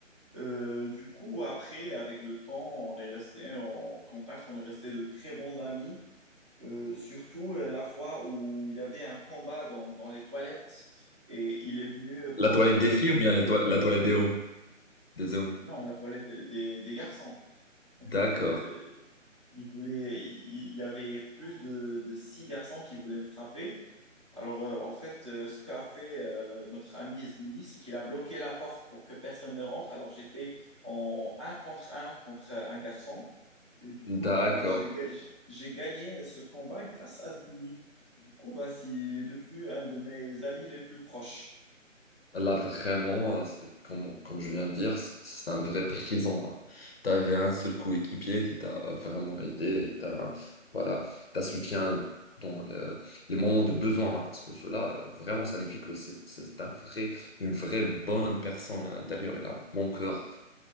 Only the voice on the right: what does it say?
Euh, du coup, après, avec le temps, on est resté en contact, on est resté de très bons amis. Euh, surtout euh, la fois où il y avait un combat dans, dans les toilettes et il est venu
pour,
pour
stopper.
Non, la toilette des, des- des garçons. En
fait, euh, il voulait, il il y avait plus de, de six garçons qui voulaient me frapper. Alors, euh, en fait, euh, ce qu'a fait euh, notre ami Zini, c'est qu'il a bloqué la porte pour que personne ne rentre. Alors, j'étais en un contre un contre euh, un garçon. Et du coup,
bah, j'ai ga- j'ai gagné ce combat grâce à Zini. Et du coup, bah, il est devenu un de mes amis les plus proches.